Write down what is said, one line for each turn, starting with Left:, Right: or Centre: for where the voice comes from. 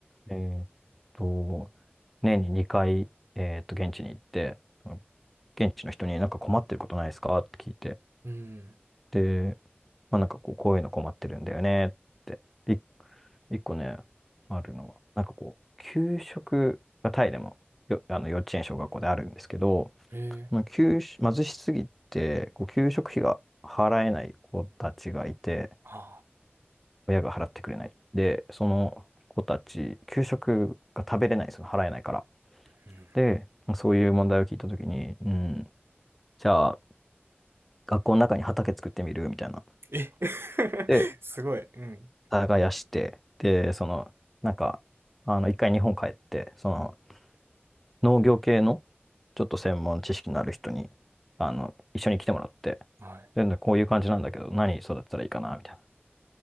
Centre: えーっと、年に2回、えーっと、現地に行って、その現地の人になんか困ってることないですかって聞いて。
Right: い。うん。
Centre: で、まあなんかこう、こういうの困ってるんだよねって。い一個ね、あるのは、なんかこう、給食がタイでもよ、あの幼稚園、小学校であるんですけど、
Right: えー、
Centre: その給食、貧しすぎて、こう、給食費が払えない子たちがいて、
Right: あ
Centre: 親が払ってくれない。で、その子たち、給食が食べれないんですよ。払えないから。
Right: ー、はい。うん。
Centre: で、そういう問題を聞いたときに、うん、じゃあ、学校の中に畑作ってみるみたいな
Right: え <laughs>
Centre: で、
Right: すごい。うん。
Centre: 耕して、で、その、なんか、あの、一回日本帰って、その、農業系の、ちょっと専門知識のある人に、あの、一緒に来てもらって、
Right: はい。
Centre: で、こういう感じなんだけど、何育てたらいいかな、みたいな。